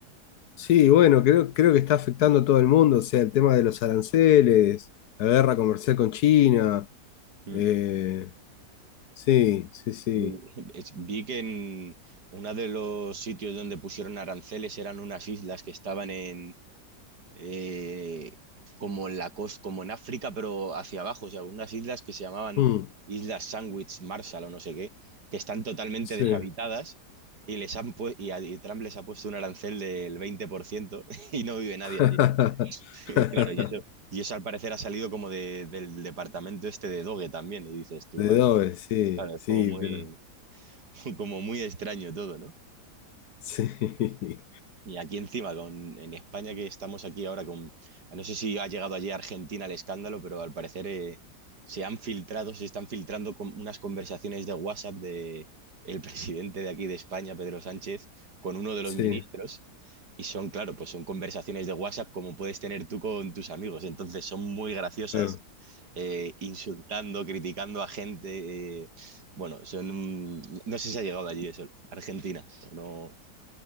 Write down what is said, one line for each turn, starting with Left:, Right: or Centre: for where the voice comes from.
Left: Sí, bueno, creo, creo que está afectando a todo el mundo, o sea, el tema de los aranceles, la guerra comercial con China,
Right: Mm.
Left: eh, sí, sí, sí,
Right: Eh, es- Vi que en uno de los sitios donde pusieron aranceles eran unas islas que estaban en, eh, como en la costa, como en África, pero hacia abajo, o sea, unas islas que se llamaban
Left: mm,
Right: Islas Sandwich, Marshall o no sé qué, que están totalmente
Left: sí.
Right: deshabitadas y les han pu- y, a- y Trump les ha puesto un arancel del 20% <laughs> y no vive nadie
Left: <laughs>
Right: allí. <laughs> Y claro, y eso, y eso al parecer ha salido como de- del departamento este de Doge también, y dices tú,
Left: De
Right: madre
Left: Dove,
Right: mía.
Left: sí,
Right: Claro, es
Left: sí,
Right: como muy,
Left: pero
Right: <laughs> como muy extraño todo, ¿no?
Left: sí, <laughs>
Right: Y aquí encima, con, en España que estamos aquí ahora con, no sé si ha llegado allí a Argentina el escándalo, pero al parecer eh, se han filtrado, se están filtrando con unas conversaciones de WhatsApp de el presidente de aquí de España, Pedro Sánchez, con uno de los
Left: sí,
Right: ministros. Y son, claro, pues son conversaciones de WhatsApp como puedes tener tú con tus amigos. Entonces son muy graciosas,
Left: claro.
Right: eh, insultando, criticando a gente. eh, bueno, son... un- No sé si ha llegado allí eso, Argentina. No,